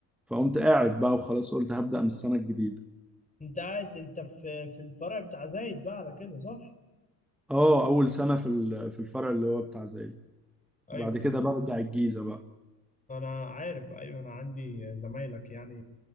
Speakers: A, in the centre; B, on the left (about 15°).
A: فقمت قاعد بقى وخلاص قلت هبدا
B: مم.
A: من السنه الجديده
B: انت قاعد انت في في الفرع بتاع زايد بقى على كده صح؟
A: اه اول سنه في ال- في الفرع اللي هو بتاع زيي
B: ايوه
A: وبعد كده
B: يا عم
A: برجع الجيزه بقى
B: انا عارف ايوه انا عندي زمايلك يعني